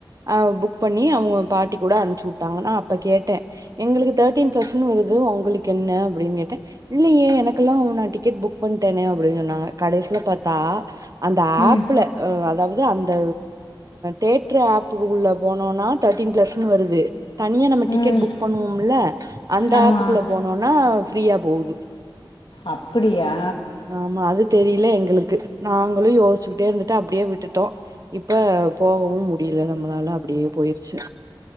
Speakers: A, on the right; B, on the left.
A: அவன் புக் பண்ணி அவங்க பாட்டி கூட அனுப்ச்சி உட்டான் நா அப்ப கேட்டேன் எங்களுக்கு தேட்டீன் பிளஸ்னு வருது உங்களுக்கு என்ன அப்டின்னு கேட்டே இல்லையே எனக்கல்லாம் நா டிக்கெட் புக் பண்ணிட்டேனே அப்டின்னு சொன்னாங்க கடசில பாத்தா அந்த
B: ம்
A: ஆப்ல அ அதாவது அந்த தேட்டர் ஆப்புக்குள்ள போனோனா தேட்டீன் பிளஸ்ன்னு வருது தனியா நம்ம டிக்கெட்
B: ம்
A: புக் பண்ணுவோம்ல அந்த
B: ஆமாம்
A: ஆப்புக்குள்ள போனோம்னா ஃப்ரீயா போகுது
B: அப்டியா
A: ஆமா அது தெரில எங்களுக்கு நாங்களும் யோசிச்சுகிட்டே இருந்துட்டு அப்டியே விட்டுட்டோம் இப்ப போகவும் முடில நம்மளால அப்டியே போயிருச்சு